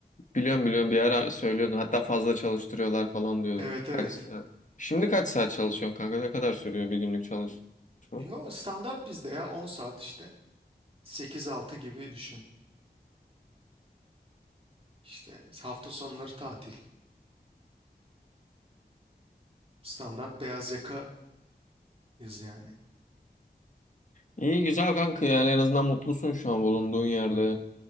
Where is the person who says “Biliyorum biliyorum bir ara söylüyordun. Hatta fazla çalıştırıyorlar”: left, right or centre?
Left